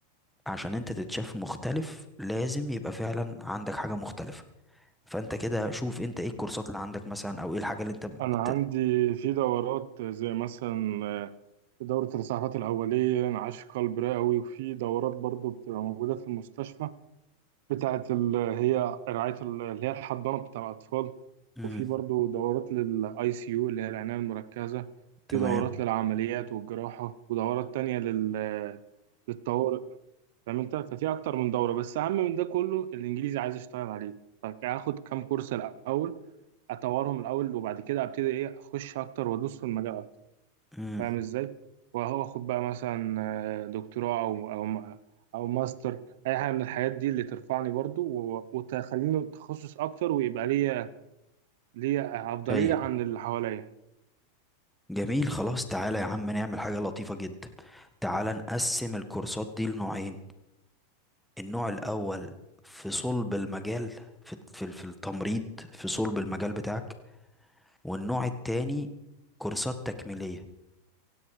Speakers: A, in the centre; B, on the right (about 70°).
A: عشان انت تتشاف مختلف لازم يبقى فعلا عندك حاجة مختلفة فانت كده شوف انت ايه الكورسات اللي عندك مثلا او ايه الحاجة اللي انت بت...
B: انا عندي في دورات زي مثلا آه، دورة الإسعافات الأولية انعاش قلب رئوي وفي دورات برضو بتبقى موجودة في المستشفى بتاعة ال- هي رعاية ال- اللي هي الحضانة بتاع الأطفال
A: مم.
B: وفي برضو دورات للآي سي يو اللي هي العناية المركزة
A: تمام
B: في دورات للعمليات والجراحة ودورات تانية لل آه، للطوارئ فعملتها ففي اكتر من دوره بس اهم من ده كله الانجليزي عايز اشتغل عليه فهاخد كام كورس الاول اطورهم الاول وبعد كده ابتدي ايه اخش اكتر وادوس في المجال اكتر
A: مم.
B: فاهم ازاي واخد بقى مثلا آه، دكتوراه او او م- او ماستر اي حاجه من الحاجات دي اللي ترفعني برضو و- وتخليني تخصص اكتر ويبقى ليا ليا افضليه
A: اي
B: عن اللي حواليا
A: جميل خلاص تعالى يا عم نعمل حاجة لطيفة جدا تعالى نقسم الكورسات دي لنوعين النوع الاول في صلب المجال في في, في التمريض في صلب المجال بتاعك والنوع التاني كورسات تكميلية